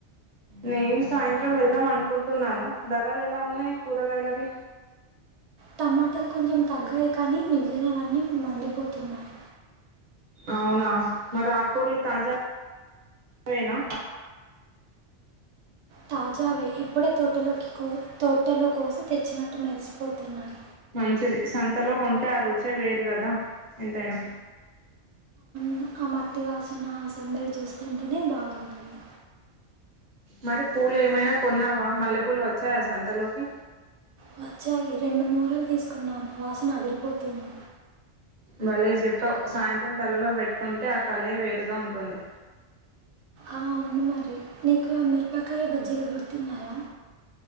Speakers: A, on the right; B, on the right.
A: నేను సాయంత్రం వెళ్దాం అనుకుంటున్నాను. ధరలు ఎలా ఉన్నాయి కూరగాయలవి
B: టమాటాలు కొంచెం తగ్గాయి కానీ మిగిలినవన్నీ మండిపోతున్నాయి.
A: అవునా మరి ఆక్కుర్లు తాజా వేనా?
B: తా జావే ఇప్పుడే తోటలోకి కోయ్ తోటలో కోసి తెచ్చినట్టు మెరిసిపోతున్నాయి
A: మంచిది సంతలో కొంటే ఆ రుచే వేరు కదా ఎంతైనా
B: నాక్ ఆ మట్టి వాసన సందడి చూస్తుంటేనే బాగుంటుంది.
A: మరి పూలు ఏమైనా కొన్నావా మల్లెపూలు వచ్చాయా సంతలోకి
B: వచ్చాయి రెండు మూరలు తీసుకున్నాను వాసన అదిరిపోతుంది.
A: భలే చెప్పావు సాయంత్రం తలలో పెట్టుకుంటే ఆ కళే వేరుగా ఉంటుంది.
B: ఆ అవును మరి నీకు మిరపకాయ బజ్జీలు గుర్తున్నాయా?